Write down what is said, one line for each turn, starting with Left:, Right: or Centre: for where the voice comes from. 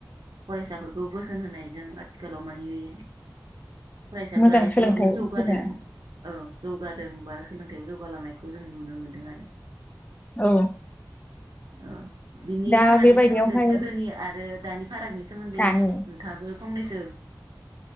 Right: फरायसाफोरखौ बोसोन होनायजों आथिखालाव मानि बे फरायसाफ्रा
Left: मोजां
Right: एसेबाबो
Left: सोलोंथाइ
Right: जौगादों
Left: होनो
Right: औ। जौगादों बा सोलोंथाइयाव जौगालांनायखौ जों नुनो मोन दों आरो
Left: औ।
Right: ओ बिनि
Left: दा
Right: फारागनि
Left: बेबायदियावहाय
Right: सोमोन्दै गोदोनि आरो दानि फारागनि सोमोन्दै
Left: दानि
Right: नोंथांयाबो फंनैसो